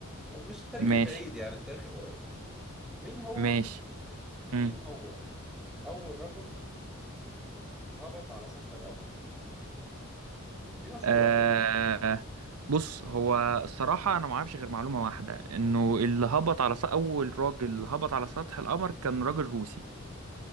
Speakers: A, in the centre; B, on the right.
A: او مش التاريخ
B: ماشي
A: البعيد يعني التاريخ القريب مين هو
B: ماشي
A: مين
B: مم.
A: هو اول رجل هبط على سطح القمر دي مشهورة
B: آه
A: قوي
B: بص هو الصراحة أنا ما أعرفش غير معلومة واحدة إنه اللي هبط على سطح أول راجل هبط على سطح القمر كان راجل روسي